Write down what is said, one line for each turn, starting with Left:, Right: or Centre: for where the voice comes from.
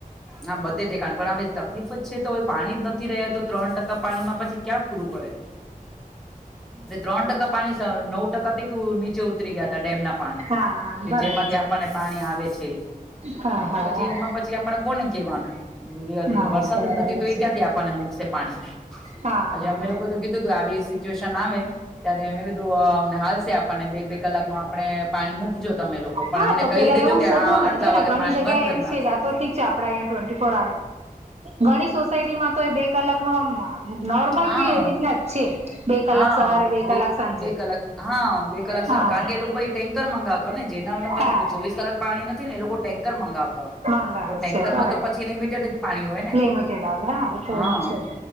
Centre: હ બધે ઠેકાણ પણ હવે તકલીફ જ છે તો પાણી જ નથ નથી રહ્યા તો ત્રણ ટકા પાણીમાં પછી ક્યાં પૂરું કરે. એ ત્રણ ટકા પાણી નવ ટકાથી બી નીચે ઉતરી ગયા. ડેમ ના પાણી
Right: હા
Centre: કે
Right: બરાબર
Centre: જેમાંથી આપણને પાણી આવે છે.
Right: હા હા
Centre: પછી
Right: હા
Centre: એમાં પછી આપણે કોને કેવાનું.
Right: ના
Centre: બ વરસાદ
Right: ના બરાબર
Centre: જ નથી તો એ
Right: છે
Centre: ક્યાંથી આપણને મૂકશે પાણી.
Right: હા
Centre: પછી અમે લોકો તો કીધું કે આવીશ. સિચ્યુશન આવે ત્યારે મેં કીધું અમને હાલશે આપણને બે બે કલાક ન આપણે પાણી મૂકજો તમે લોકો. પણ
Right: હા
Centre: અમને
Right: તો
Centre: કહી
Right: પેલા
Centre: દેજો
Right: એવું
Centre: કે
Right: જ હતું
Centre: આ
Right: ને
Centre: આટલા
Right: જો ને
Centre: વાગે
Right: ઘણી
Centre: પાણી
Right: જગ્યાએ
Centre: બંધ કરી
Right: એમ
Centre: નાખશે
Right: છે આ તો ઠીક છે આપડા અહં ટ્વેન્ટી ફોર. ઘણી સોસાયટીમાં તો. કલાક ન આમ નોર્મલ
Centre: હા
Right: બી એવીતના જ છે બે કલાક
Centre: હા
Right: સવારે બે કલાક સાંજે.
Centre: બે કલાક હા બે કલાક
Right: હા
Centre: સવાલ કારણ કે એ લોકો પછી ટેન્કર મંગાવતા. ને જેનામાં
Right: હા
Centre: ચોવીસ કલાક પાણી નથી ને એ લોકો ટેન્ક. મંગાવતા હોય
Right: મંગાવે
Centre: તો ટેન્કરમાં
Right: છે બરાબર
Centre: તો પછી લિમિટેડ જ પાણી હોય ને
Right: લિમિટેડ આવે હા એ તો
Centre: હા.
Right: એમાં છે